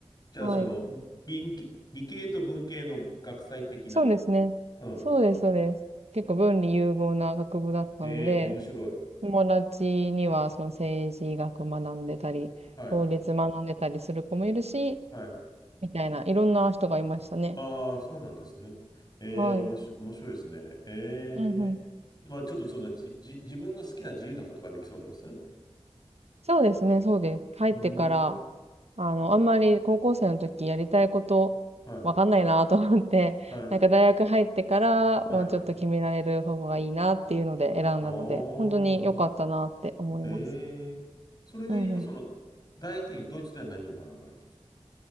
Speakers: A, on the left; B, on the right.
A: じゃあ、
B: はい。
A: その、理系、理系と文系の学際的な、
B: そうですね。
A: うん。
B: そうです、そうです。結構文理融合な学部だったので、
A: ええ、面白い。
B: 友達にはその政治学学んでたり、
A: はい。
B: 法律学んでたりする子もいるし、
A: はい。
B: みたいな、いろんな人がいましたね。
A: ああ、そうなんですね。ええ、
B: はい。
A: おもし、面白いですね。ええ。
B: うんうん。
A: まあ、ちょっとその、じ、じ、自分の好きな自由なことができそうなんですね。
B: そうですね、そうです。入ってから、
A: うーん。
B: あの、あんまり高校生の時やりたいこと、
A: はい。
B: わかんないなと思って、
A: はい。
B: なんか大学入ってから、
A: はい。
B: もうちょっと決められる方がいいなっていうので選んだので、
A: ああ、
B: 本当に良かったなって思います。
A: なるほど。ええ。それで今、
B: うんうん。
A: その、大学院、ドイツでは何を学ばれたんです